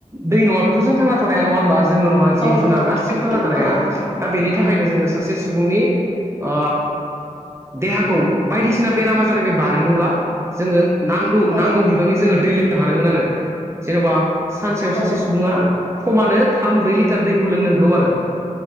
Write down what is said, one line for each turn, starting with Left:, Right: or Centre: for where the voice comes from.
Right: दै नङाब्लाथ' जों थांना थानो हाया नङा होमबा? जोंल' नङा जिब-जुनार
Left: औ नंगौ
Right: गासिबो थांना थानो
Left: औ
Right: हाया।
Left: औ
Right: दा बेनि
Left: औ
Right: थाखायनो जोङो सासे सु बुंनि ओ देहाखौ बायदिसिना बेराम-आजारनिफ्राय बार ग'नोब्ला जोङो नांगौ
Left: औ
Right: नांगौ बिबांनि जोङो दै लोंनो हानांगोन आरो। जेन'बा सानसेयाव
Left: औ
Right: सासे सुबुङा खमानो थाम, ब्रै लिटार दैखौ लोंनांगौ आरो।